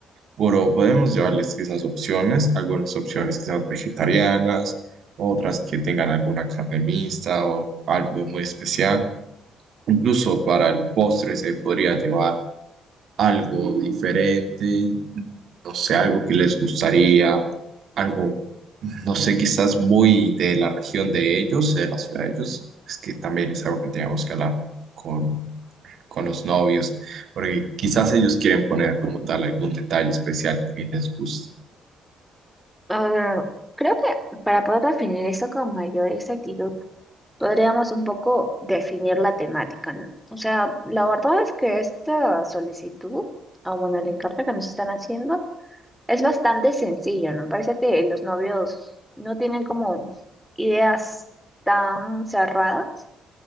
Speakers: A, on the right; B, in the centre.
A: Pero podemos llevarles quizás opciones, algunas opciones quizás vegetarianas, otras que tengan alguna carne mixta o algo muy especial. Incluso para el postre se podría llevar algo diferente, no sé, algo que les gustaría, algo, no sé, quizás muy de la región de ellos, de la ciudad de ellos. Es que también es algo que teníamos que hablar con, con los novios, porque quizás ellos quieren poner como tal algún detalle especial que les guste
B: Ah, creo que para poder definir eso con mayor exactitud, podríamos un poco definir la temática, ¿no? O sea, la verdad es que esta solicitud, o bueno, el encargo que nos están haciendo, es bastante sencillo, ¿no? Parece que los novios no tienen como ideas tan cerradas,